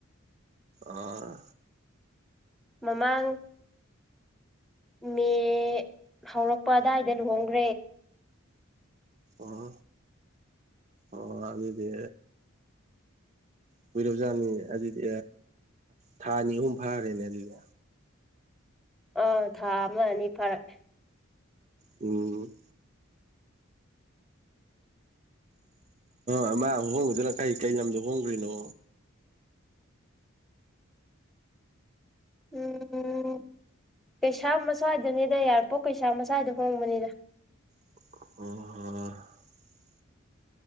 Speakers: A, on the right (about 35°); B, in the centre.
A: ꯑꯥ꯫
B: ꯃꯃꯥꯡ ꯃꯦ ꯍꯧꯔꯛꯄ ꯑꯗꯥꯋꯥꯏꯗ ꯂꯨꯍꯣꯡ <unintelligible>
A: ꯑ ꯑꯣ ꯑꯗꯨꯗꯤ ꯀꯨꯏꯔꯕꯖꯥꯠꯅꯤ ꯑꯗꯨꯗꯤ ꯊꯥ ꯑꯅꯤ ꯑꯍꯨꯝ ꯐꯥꯈ꯭ꯔꯦꯅꯦ ꯑꯗꯨꯗꯤ꯫
B: ꯑꯥ ꯊꯥ ꯑꯃ ꯑꯅꯤ ꯐꯥꯔꯛꯑꯦ꯫
A: ꯎꯝ꯫ ꯑ ꯃꯥ ꯍꯣꯡꯕꯗꯅ ꯀꯩ ꯀꯩ ꯂꯝꯗꯣ ꯍꯣꯡꯗꯒꯔꯤꯅꯣ?
B: ꯎꯝ꯫ ꯎꯝ ꯀꯩꯁꯥꯝ ꯃꯁ꯭ꯋꯥꯏꯗꯅꯤꯗ ꯏꯌꯥꯔꯄꯣꯔ ꯀꯩꯁꯥꯝ ꯃꯁ꯭ꯋꯥꯏꯗ ꯍꯣꯡꯕꯅꯤꯗ꯫
A: ꯑꯣ ꯍ꯫